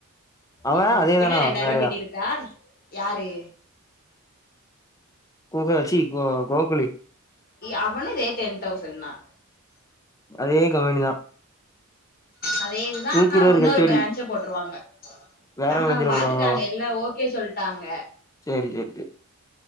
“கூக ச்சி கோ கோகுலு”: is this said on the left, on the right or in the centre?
Left